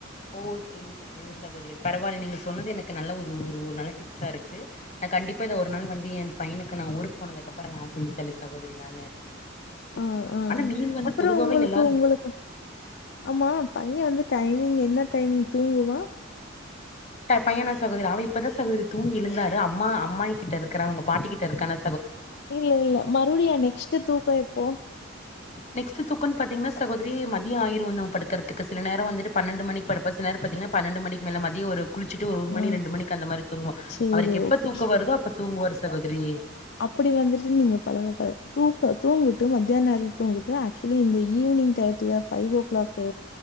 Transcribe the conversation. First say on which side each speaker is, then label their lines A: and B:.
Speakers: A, on the left; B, on the left.
A: ஓ செரிங்க செரிங்க சகோதரி பரவால் நீங்க சொன்னது எனக்கு நல்ல ஒரு ஒரு ஒரு ந ல்ல டிப்ஸா இருக்கு நா கண்டிப்பா இத ஒரு நாள் வந்து என் பைனுக்கு நா ஊருக்கு போனதுக்கப்பறொ நா செஞ்சுத் தர சகோதரி நானு
B: ஆ ஆ
A: ஆனா மீன் வந்து
B: அப்பறோ
A: பொதுவாவே
B: உங்களுக்கு
A: எல்லாரு
B: உங்களுக்கு ஆமா பைய வந்து டைமிங் என்ன டைமிங் தூங்குவா
A: ட பையனா சகோதரி அவ இப்பதா சகோதரி தூங்கி எழுந்தாரு அம்மா அம்மாயி கிட்ட இருக்குறா அவுங்க பாட்டிக்கிட்ட இருக்கா நா
B: இல்ல இல்ல மறுவ்டியு நெக்ஸ்ட்டு தூக்கொ எப்போ
A: நெக்ஸ்ட்டு தூக்கோன் பாத்தீங்னா சகோதரி மதியோ ஆயிரு அவ படுக்கறத்துக்கு சில நேரொ வந்துட்டு பன்னெண்டு மணிக் படுப்பாரு சில் நேரொ பாத்தீங்னா பன்னெண்டு மணிக்கு மேல மதியொ ஒரு குளிச்சிட்டு ஒரு ஒரு
B: ஆ
A: மணி ரெண்டு மணிக்கு அந்த மாரி தூங்குவா
B: சரி
A: அவருக்கு எப்பத்
B: ஓகே.
A: தூக்கொ வருதோ அப்ப தூங்குவாரு சகோதரி
B: அப்டி வந்துட்டு நீங்க பழக பழ தூக்க தூங்குட்டு மத்தியான் நேரல் தூங்குட்டு ஆக்ஷுலி இந்த ஈவினிங் டயத்துலதா ஃபைவ் ஓ க்ளாக்கு